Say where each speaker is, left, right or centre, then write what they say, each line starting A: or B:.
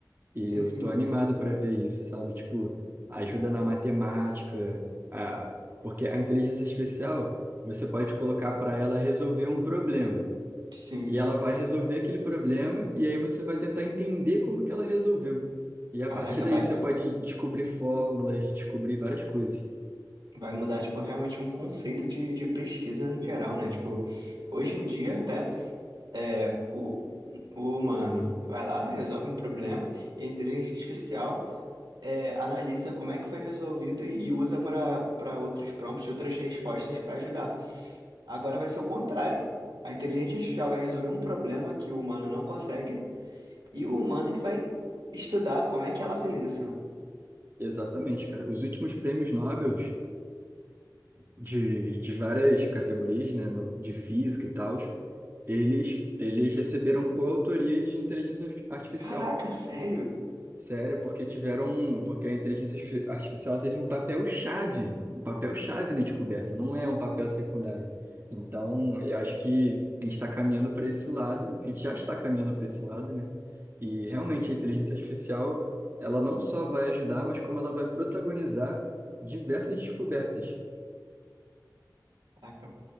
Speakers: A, on the right; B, on the right.
A: E
B: Sim,
A: eu
B: sim,
A: tô
B: exato.
A: animado para ver isso, sabe? Tipo, ajuda na matemática, a... porque a inteligência artificial, você pode colocar para ela resolver um problema.
B: Sim,
A: E
B: sim.
A: ela vai resolver aquele problema, e aí você vai tentar entender como que ela resolveu. E a
B: Caraca,
A: partir daí
B: vai,
A: você pode descobrir fórmulas, descobrir várias coisas.
B: vai mudar, tipo, realmente um conceito de, de pesquisa no geral, né? Tipo, hoje em dia até é, o, o humano vai lá, resolve um problema e a inteligência artificial é, analisa como é que foi resolvido e usa para para outros prompts, outras respostas para ajudar. Agora vai ser o contrário. A inteligência artificial vai resolver um problema que o humano não consegue e o humano que vai estudar como é que ela fez isso, né?
A: Exatamente, cara. Os últimos prêmios Nobel de, de várias categorias, né, no- de física e tal, eles, eles receberam coautoria de inteligência ar- artificial.
B: Caraca, sério?
A: Sério, porque tiveram, porque a inteligência artifi- artificial teve um papel chave, um papel chave na descoberta, não é um papel secundário. Então, eu acho que a gente está caminhando para esse lado, a gente já está caminhando para esse lado, né? E realmente a inteligência artificial, ela não só vai ajudar, mas como ela vai protagonizar diversas descobertas.
B: Caraca,